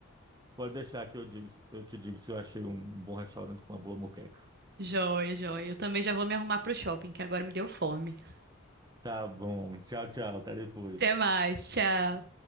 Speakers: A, on the right (about 20°); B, on the right (about 50°).
A: Pode deixar que eu digo, eu te digo se eu achei um bom restaurante com uma boa moqueca.
B: Joia, joia. Eu também já vou me arrumar pro shopping, que agora me deu fome.
A: Tá bom. Tchau, tchau. Até depois.
B: Até mais, tchau.